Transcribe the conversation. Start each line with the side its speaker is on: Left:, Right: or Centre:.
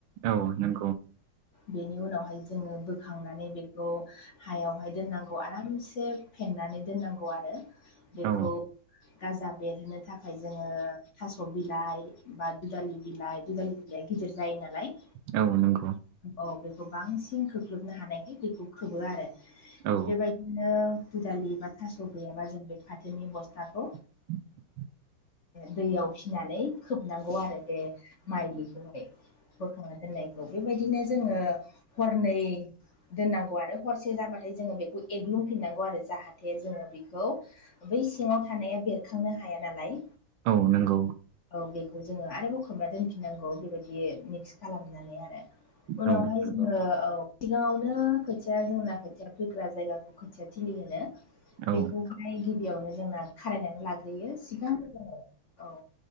Right: औ नों
Left: बेनि उनावहाय जोङो बोखांनानै बे बे खौ हायावहाय दोननांगौ आरामसे फेनानै दोननांगौ आरो बेखौ
Right: औ
Left: गाजा बेरहोनो थाखाय जोङो थास' बिलाइ बा दुदालि बिलााय दुदालि बिलाया गिदिर जायो नालाय
Right: औ नंगौ
Left: औ बेखौ बांसिन खख्लोबनो हानायखाय बेखौ खोबो आरो
Right: औ
Left: बेबायदिनो दुदालि बा थास' गैयाबा जों बे फाथोनि बस्थाखौ
Right: <inaudible>
Left: दैयाव फिनानै खोबनांगौ आरो बे माइलिखौहाय बोखांना दोननायखौ बेबायदिनो जोङो हरनै दोननांगौ आरो हरसे जाबाथाय जोङो बेखौ एग्लुंफिननांगौ आरो जाहाथे जोङो बेखौ बै सिङाव थानाया बेरखांनो हाया नालाय
Right: औ नंगौ
Left: औ बेखौ जोङो आरोबाव खोबना दोनफिननांगौ बेबायदि मिक्स खालामनानै आरो उनावहाय
Right: औ नंगौ
Left: जोङो औ सिगाङावनो खोथिया जोंना खोथिया फैग्रा जायगाखौ खोथिया थिलि होनो
Right: औ
Left: बेखौहाय गिबियावनो जोंना खारायनानै लाग्रोयो सिगां जोङो औ